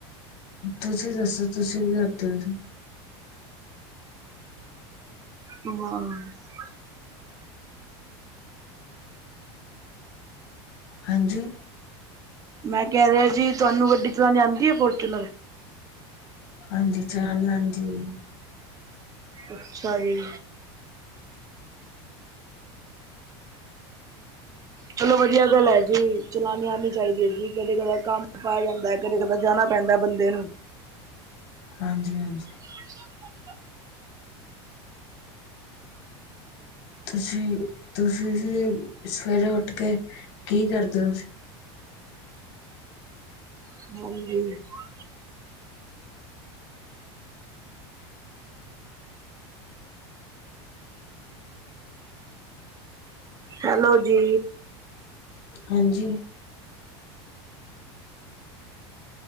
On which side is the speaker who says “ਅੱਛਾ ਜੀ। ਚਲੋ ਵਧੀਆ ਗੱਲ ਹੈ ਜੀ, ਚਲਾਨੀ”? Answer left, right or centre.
Right